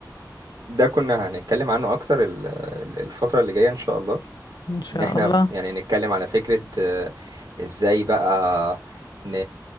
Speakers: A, on the right; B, on the left.
A: ده كنا هنتكلم عنه اكتر ال- ال- الفترة اللي جاية ان شاء الله
B: ان شاء
A: ان احنا
B: الله
A: يعني نتكلم على فكرة آه، ازاي بقى ن...